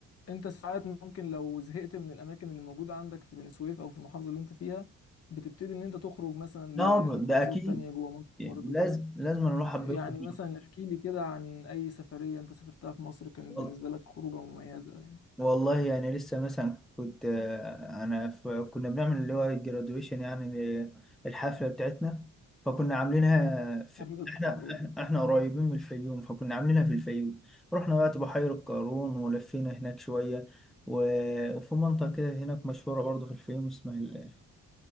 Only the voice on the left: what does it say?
انت ساعات ممكن لو زهقت من الاماكن اللي موجوده عندك في بني سويف او في المحافظه اللي انت فيها بتبتدي ان انت تخرج مثلا ل-
لمحافظات
تانية جوه مصر
برضو
يعني
مثلا احكي لي كده عن اي سفريه انت سافرتها في مصر كانت
بالنسبه لك خروجه مميزه يعني
حفله التخرج